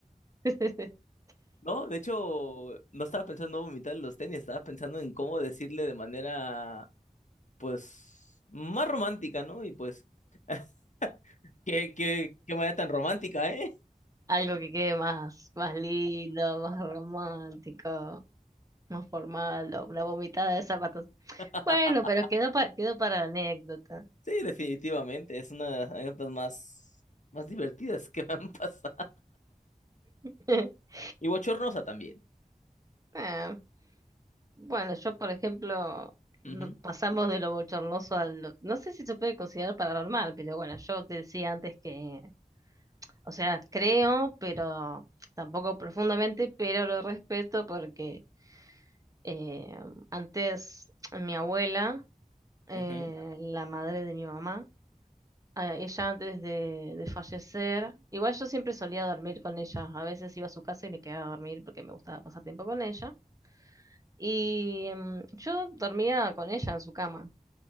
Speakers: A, on the right; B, on the left.
A: <laughs>
B: No, de hecho, no estaba pensando en vomitar los tenis, estaba pensando en cómo decirle de manera, pues, más romántica, ¿no? Y pues, <laughs> qué, qué, qué manera tan romántica, ¿eh?
A: Algo que quede más, más lindo, más romántico. más formal, o la vomitada de zapatos.
B: <laughs>
A: Bueno, pero quedó, pa- quedó para la anécdota.
B: Sí, definitivamente. Es una de las anécdotas más, más divertidas que me han <laughs> pasado.
A: <laughs>
B: Y bochornosa también.
A: Ah, bueno, yo, por ejemplo, no-
B: Ujú,
A: pasamos de lo bochornoso al... No sé si se puede considerar paranormal, pero bueno, yo te decía antes que, o sea, creo, pero tampoco profundamente, pero lo respeto porque eh, antes mi abuela, eh,
B: ujú.
A: la madre de mi mamá, a ella antes de, de fallecer. Igual yo siempre solía dormir con ella. A veces iba a su casa y me quedaba a dormir porque me gustaba pasar tiempo con ella. Y mm, yo dormía con ella en su cama.